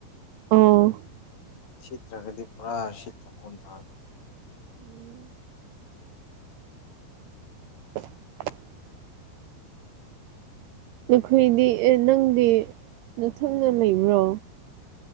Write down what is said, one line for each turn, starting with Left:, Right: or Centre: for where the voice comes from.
Right: ꯑꯣ
Left: ꯁꯤꯠꯇ ꯔꯒꯗꯤ ꯄꯨꯔꯥ ꯁꯤꯠꯇ ꯊ ꯐꯅ ꯇꯥꯔꯦ
Right: ꯎꯝ <inaudible> ꯅꯈꯣꯏꯗꯤ ꯑꯦ ꯅꯪꯗꯤ ꯅꯊꯪꯅ ꯂꯩꯕ꯭ꯔꯣ